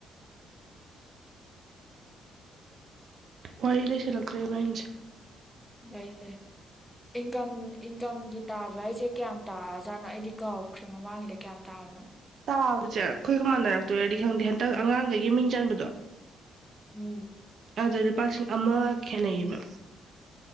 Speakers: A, on the right; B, in the centre.
A: ꯋꯥꯔꯤ ꯂꯩꯁꯜꯂꯛꯇꯔꯦ ꯏꯕꯥꯏꯅꯤꯁꯦ
B: ꯂꯩ ꯂꯩ ꯏꯟꯀꯝ ꯏꯟꯀꯝꯒꯤ ꯇꯥꯕ ꯍꯥꯏꯁꯦ ꯀꯌꯥꯝ ꯇꯥꯖꯥꯠꯅꯣ ꯑꯩꯗꯤ ꯀꯥꯎꯈ꯭ꯔꯦ ꯃꯃꯥꯡꯉꯤꯗ ꯀꯌꯥꯝ ꯇꯥꯕꯅꯣ
A: ꯆꯥꯕꯁꯦ ꯑꯩꯈꯣꯏꯒ ꯃꯥꯟꯅꯔꯛꯇꯣꯏꯔꯗꯤ ꯈꯪꯗꯦ ꯍꯟꯇꯛ ꯑꯉꯥꯡꯈꯩꯒꯤ ꯃꯤꯡ ꯆꯟꯕꯗꯣ
B: ꯎꯝ
A: ꯑꯗꯨꯗꯩ ꯂꯨꯄꯥ ꯂꯤꯁꯤꯡ ꯑꯃ ꯈꯦꯅꯩꯌꯦꯕ